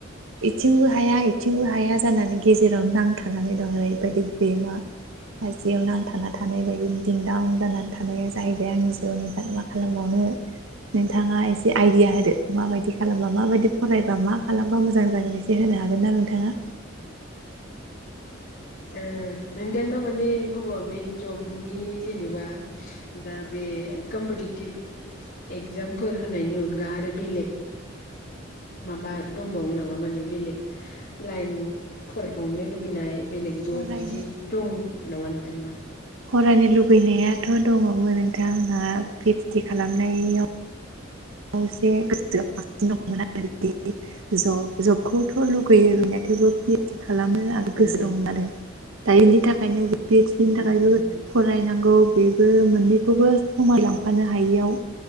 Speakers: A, on the right; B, on the left.
A: एथिंबो हाया एथिंबो हाया जानानै गेजेरावनो नांथानानै दं ओरैबायदि बेमा मासेयाव नांथाना थानाय बायदि दिंदउन जानानै थानाया जाहैबाय आंनि जिउआव नोंथाङ मा खालामबावनो नोंथाङा एसे आइदिया होदो माबायदि खालामबा माबायदि फरायबा मा खालामबा मोजां जागोन एसे होनो हागोन ना नोंथाङा
B: ओ नोंथांना माने गभारमेन्ट जबनि जेनेबा दा बे कम्पिटिटिभ एगजामफोर होनायनि अनगा आरो बेलेग माबा दंबावो नामा माने बेलेग लायन फरायबावनो लुबैनाय बेलेग जब
A: फरायनो
B: बिदि दं नामा नोंथांना
A: फरायनो लुुबैनायाथ' दंङमोन नोंथां आंहा पि ओद सदि खालामनायाव एसे गोसो आ बांसिन दंमोन आरो जब जबखौथ' लुगैयो लुगैनाय थेवबो पि ओद सदि खालामनो आरो
B: उम
A: गोसो
B: उम
A: दं मोन आरो दा बेनि थाखायनो पि ओद सदिनि
B: उम
A: थाखायबो
B: उम
A: फरायनांगौ बेबो मोननैखौबो समान लांफानो हायियाव